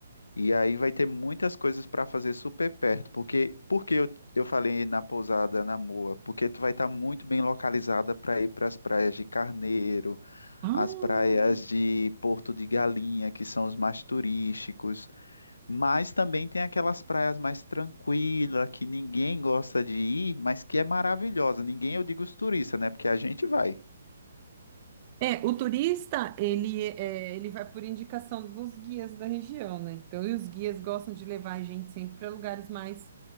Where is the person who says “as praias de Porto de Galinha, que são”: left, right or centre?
Left